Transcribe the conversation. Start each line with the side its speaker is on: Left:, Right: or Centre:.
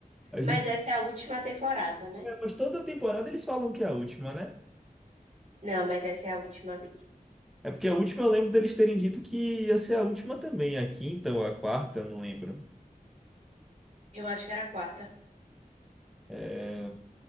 Centre: A
Right: Mas
Centre: gente,
Right: essa é a última temporada, né?
Centre: é, mas toda temporada eles falam que é a última, né?
Right: Não, mas essa é a última mesmo.
Centre: É porque a última eu lembro deles terem dito que ia ser a última também, a quinta ou a quarta, não lembro.
Right: Eu acho que era a quarta.
Centre: É,